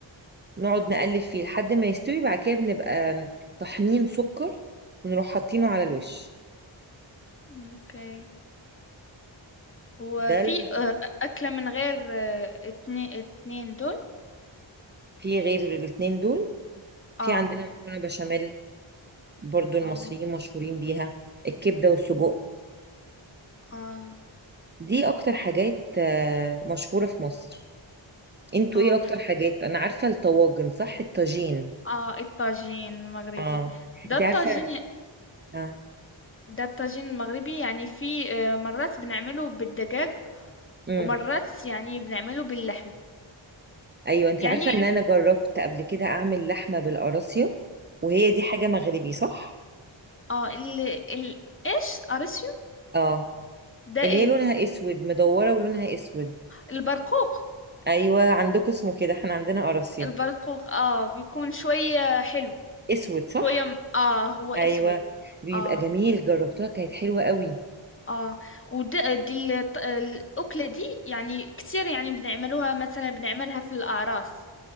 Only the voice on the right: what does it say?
نقعد نقلب فيه لحد ما يستوي بعد كده بنبقى طحنين سكر ونروح حاطينه على
الوش
ده
اللي
بس-
في غير الاتنين دول
في عندنا مكرونه بشاميل برضو المصريين
مشهورين بيها الكبده والسجق
دي اكتر حاجات آه، مشهوره في مصر انتوا
ايه اكتر حاجات انا عارفه الطواجن صح الطاجين
اه
انت
عارفه اه
امم
ايوه انت
عارفه ان انا
جربت قبل كده اعمل لحمه بالقراصيا وهي دي حاجه مغربي صح
اه
اللي
هي لونها اسود مدوره ولونها اسود
ايوه عندكم اسمه كده احنا عندنا قراصيا
اسود صح
ايوه بيبقى
جميل جربتها كانت حلوه قوي